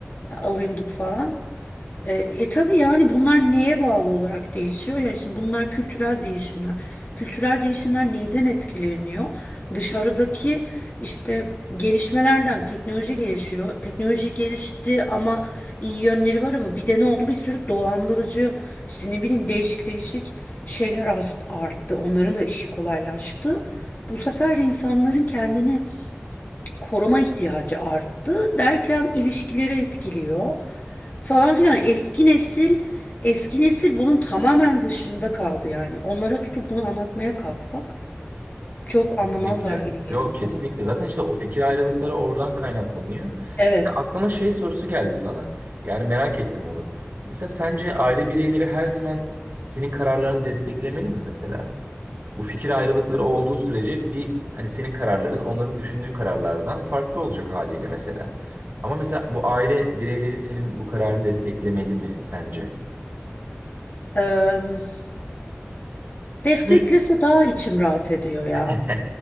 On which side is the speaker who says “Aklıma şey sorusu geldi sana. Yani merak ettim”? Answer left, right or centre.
Right